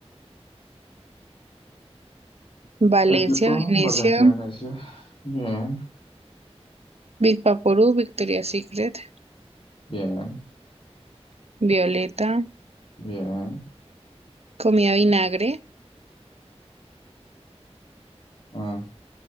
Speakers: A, on the right (about 65°); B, on the left (about 55°).
A: Valencia,
B: Equipo,
A: Venecia,
B: Valencianesia, bien,
A: Bispaporú, Victoria Secret,
B: bien,
A: Violeta,
B: bien,
A: comida vinagre.
B: ah,